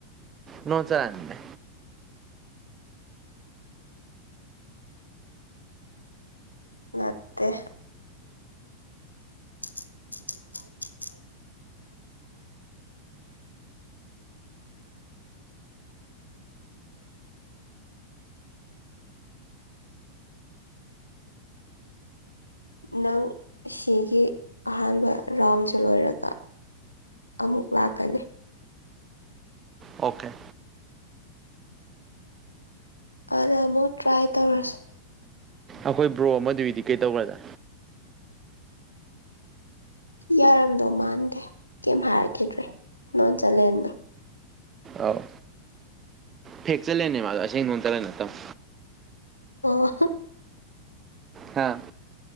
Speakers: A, on the right (about 25°); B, on the left (about 85°).
A: ꯅꯣꯡ ꯆꯔꯃꯦ
B: ꯅꯠꯇꯦ <inaudible> ꯅꯪ ꯁꯤꯒꯤ ꯑꯍꯥꯟꯕ ꯔꯥꯎꯟꯁꯨ ꯂꯣꯏꯔꯒ ꯑꯃꯨꯛ ꯂꯥꯛꯀꯅꯤ
A: ꯑꯣꯀꯦ
B: ꯑꯥꯗ ꯑꯃꯨꯛ ꯇ꯭ꯔꯥꯏ ꯇꯧꯔꯁꯤ
A: ꯑꯩꯈꯣꯏ ꯕ꯭ꯔꯣ ꯑꯃꯗꯨꯏꯗꯤ ꯀꯩꯗꯧꯈ꯭ꯔꯗ
B: ꯌꯥꯔꯝꯗꯧ ꯃꯥꯟꯗ꯭ꯔꯦ ꯀꯩꯝ ꯍꯥꯏꯔꯛꯈꯤꯗ꯭ꯔꯦ ꯅꯣꯟꯆꯂꯦꯟꯇꯅꯦ
A: ꯑꯥꯎ ꯐꯦꯛꯆꯠꯂꯦꯅꯦ ꯃꯥ ꯑꯗꯣ ꯑꯁꯦꯡ ꯅꯣꯡ ꯆꯂ ꯅꯠꯇꯕ
B: ꯑꯣ
A: ꯍꯥ